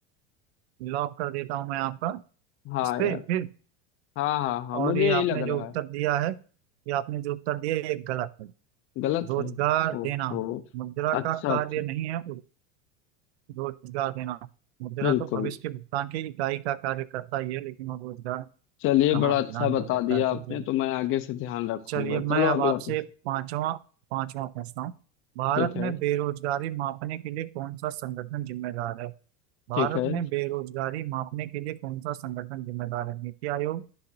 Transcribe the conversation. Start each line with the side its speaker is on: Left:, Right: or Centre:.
Right: लॉक कर देता हूं मैं आपका
Left: हाँ
Right: इस पे
Left: यार
Right: फिर
Left: हाँ हाँ हाँ मुझे
Right: और ये
Left: यही
Right: आपने
Left: लग
Right: जो
Left: रहा
Right: उत्तर
Left: है
Right: दिया है ये आपने जो उत्तर दिया है, ये गलत है
Left: गलत
Right: रोजगार
Left: है ओहो
Right: देना मुद्रा
Left: अच्छा
Right: का कार्य
Left: अच्छा
Right: नहीं है रोजगार देना मुद्रा
Left: बिल्कुल
Right: तो भविष्य के भुगतान की इकाई का कार्य करता ही है लेकिन वो रोजगार
Left: चलिए
Right: कहाँ
Left: बड़ा अच्छा
Right: प्रदान
Left: बता
Right: कर सकता
Left: दिया
Right: है सोचें
Left: आपने तो मैं आगे से ध्यान रखूंगा
Right: चलिए मैं
Left: चलो
Right: अब
Left: अगला
Right: आपसे
Left: प्रश्न
Right: पांचवा पांचवा पूछता हूँ भारत
Left: ठीक है
Right: में बेरोजगारी मापने के लिए कौन सा संगठन जिम्मेदार है भारत
Left: ठीक है
Right: में बेरोजगारी मापने के लिए कौन सा संगठन जिम्मेदार है NITI Aayog